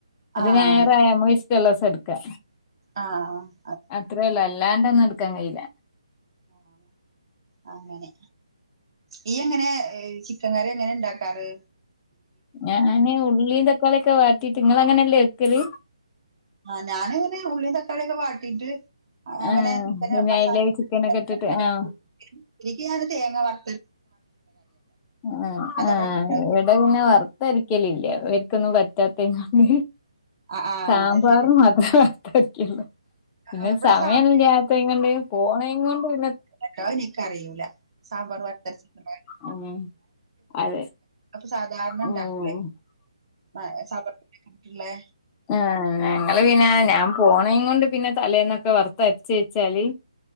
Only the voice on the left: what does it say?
അത്
ഞായറാ ഞമ്മക്കിഷ്ടള്ള ദിവസം ഇട്ക്കാ
അത്രേള്ള് അല്ലാണ്ട് ഒന്നും ഇട്ക്കാൻ കഴീല
ഞാനന് ഉള്ളിയും തക്കാളിയൊക്കെ വാട്ടീട്ട് ഇങ്ങള് അങ്ങനെല്ലേ വെക്കല്
ആഹ്
പിന്നെ
അയിലേക്ക് ചിക്കനൊക്കെ
ഇട്ടിട്ട് ആഹ്
ആ
ആ
ഇവിടെ പിന്നെ വറുത്തരക്കലില്ല ഇക്കൊന്നും പറ്റാത്തത്
സാമ്പാറ്
മാത്ര വർത്തരയ്ക്കൊള്ളൂ
പിന്നെ
സമയം
ഇല്യാത്തയ്ങ്ങണ്ട് പോണെയുംകൊണ്ട് പിന്നെ
ഉം അതെ
ആഹ്
ആ ഞങ്ങള് പിന്നെ ഞാൻ പോണയിം കൊണ്ട് പിന്നെ തലേന്നൊക്കെ വറത്ത് അരച്ച് വെച്ചാല്